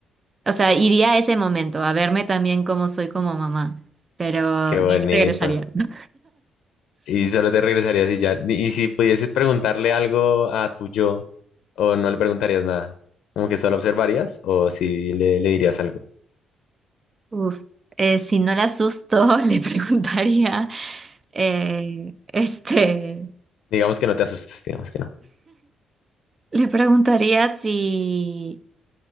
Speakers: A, on the right; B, on the left.
A: o sea, iría a ese momento, a verme también cómo soy como mamá, pero
B: Qué
A: de
B: bonito.
A: ahí regresaría. ¿no?
B: Y solo te regresarías y ya. Y si pudieses preguntarle algo a tu yo, o no le preguntarías nada, como que solo observarías, o si le, le dirías algo.
A: Uf, eh, si no la asusto, <laughs> le preguntaría, eh, este,
B: Digamos que no te asustes, digamos que no.
A: le preguntaría si,